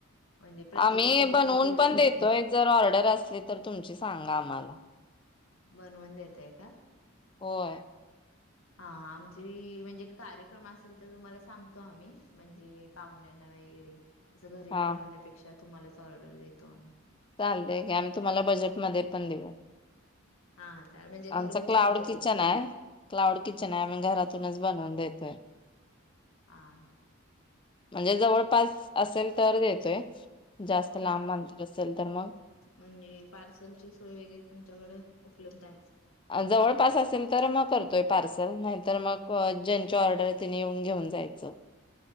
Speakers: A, on the left; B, on the left.
A: म्हणजे प्रत्येकाची
B: आम्ही
A: रेसिपी
B: बनवून
A: वेगवेगळी
B: पण देतोय. जर ऑर्डर असली तर, तुमची सांगा आम्हाला.
A: बनवून देताय का?
B: होय.
A: हा हा. आमचे म्हणजे कार्यक्रम असेल, तर तुम्हाला सांगतो आम्ही. म्हणजे पाहुण्यांना वगैरे, असं घरी
B: हा
A: बनवण्यापेक्षा तुम्हालाच ऑर्डर देतो आम्ही.
B: चालते की आम्ही तुम्हाला बजेटमध्ये पण देऊ.
A: हा चाल म्हणजे घरगुती
B: आमचं क्लाउड
A: पद्धती
B: किचन आहे. क्लाउड किचन आहे. आम्ही घरातूनच बनवून देतोय.
A: हां हां.
B: म्हणजे जवळपास असेल तर देतोय, जास्त लांबं
A: हा
B: अंतर असेल तर मग
A: म्हणजे पार्सलची सोय वगैरे, तुमच्याकडे उपलब्ध आहे.
B: अ जवळपास असेल तर म करतोय पार्सल नाहीतर मग ज्यांची ऑर्डर आहे त्यांनी येऊन घेऊन जायचं